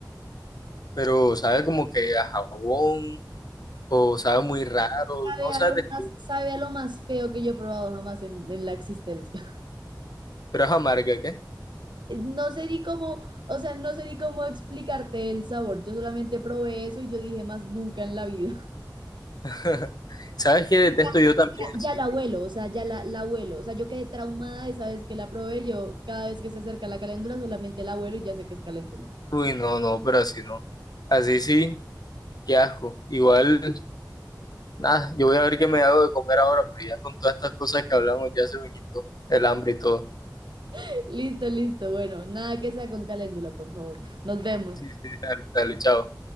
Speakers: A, on the left (about 60°); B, on the right (about 80°).
A: Pero sabe como que a jabón, o sabe muy raro,
B: Sabe
A: no
B: a
A: sabe
B: lo
A: de
B: más,
A: qué,
B: sabe a lo más feo que yo he probado jamás en en la existencia.
A: pero es amarga, ¿qué?
B: eh, No sé ni cómo, o sea, no sé ni cómo explicarte el sabor. Yo solamente probé eso y yo dije más nunca en la vida.
A: <laughs> ¿Sabes qué detesto
B: Y
A: yo también?
B: Ya, ya
A: Así,
B: ya la abuelo, o sea, ya la, la abuelo. O sea, yo quedé traumada esa vez que la probé. Yo cada vez que se acerca la caléndula solamente la abuelo y ya sé que es caléndula.
A: Uy, no, no, pero así no. Así sí, qué asco. Igual. Nada, yo voy a ver qué me hago de comer ahora, pero ya con todas estas cosas que hablamos ya se me quitó el hambre y todo.
B: <laughs> Listo, listo. Bueno, nada que sea con caléndula, por favor. Nos vemos.
A: Sí, sí, dale, dale, chao.